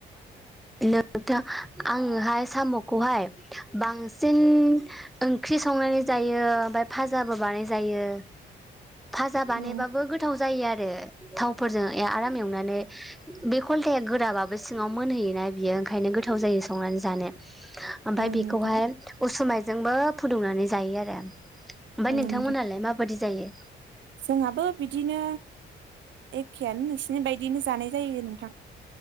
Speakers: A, in the centre; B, on the right.
A: आंङो <unintelligible> आंङोहाय साम'खौहाय बांसिन ओंख्रि संनानै जायो ओमफ्राय फाजाबो बानाय जायो। फाजा बानायबाबो
B: औ
A: गोथाव जायो आरो। थावफोरजों ए आराम एवनानै बे खलथाया गोराबाबो सिङाव मोनहैयोना। बियो ओंखायनो गोथाव जायो संनानै जानो। ओमफाय
B: औ
A: बेखौहाय
B: नोंथां
A: उसुमाय जोंबो फुदुंनानै जायो आरो। ओमफाय
B: औ
A: नोंथांमोनहालाय
B: नोंथां
A: माबायदि जायो?
B: जोंहाबो बिदिनो एखेयानो नोंसिनि बायदियैनो जानाय जायो नोंथां।